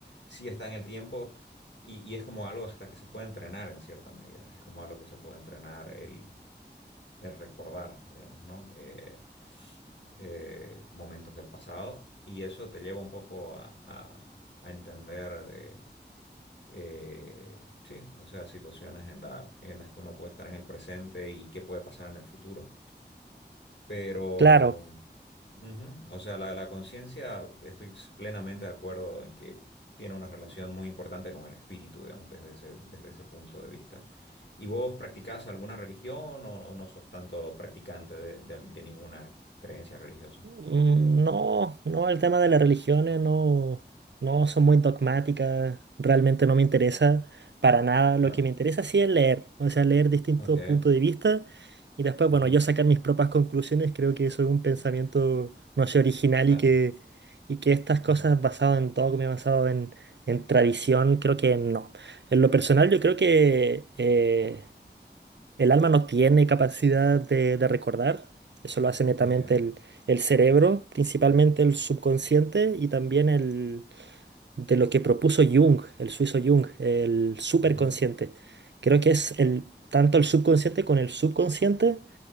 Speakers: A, on the left (about 80°); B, on the right (about 80°).
A: sí está en el tiempo y, y es como algo hasta que se puede entrenar en cierta medida, es como algo que se puede entrenar el, el recordar, digamos, ¿no? Eh, eh, momentos del pasado y eso te lleva un poco a, a- a entender de, eh, sí, o sea, situaciones en la- en las que uno puede estar en el presente y qué puede pasar en el futuro. Pero,
B: Claro,
A: ujú, o sea, la, la conciencia, estoy plenamente de acuerdo en que tiene una relación muy importante con el espíritu, digamos, desde ese, desde ese punto de vista. ¿Y vos practicás alguna religión o, o no sos tanto practicante de, de- de ninguna creencia religiosa?
B: Mm, No, no, el tema de las religiones no, no son muy dogmáticas, realmente no me interesa para nada.
A: Claro.
B: Lo que me interesa sí es leer, o sea, leer distintos
A: Ok.
B: puntos de vista y después,
A: Ujú.
B: bueno, yo sacar mis propias conclusiones, creo que eso es un pensamiento, no sé, original
A: Claro.
B: y que, y que estas
A: Ujú.
B: cosas basadas en dogma, basado en, en tradición, creo que no. En lo personal yo creo que... eh, el alma no tiene capacidad de, de recordar, eso lo hace netamente
A: Ok.
B: el, el cerebro, principalmente el subconsciente y también el de lo que propuso Jung, el suizo Jung, el superconsciente.
A: Ujú.
B: Creo que es el, tanto el subconsciente con el subconsciente,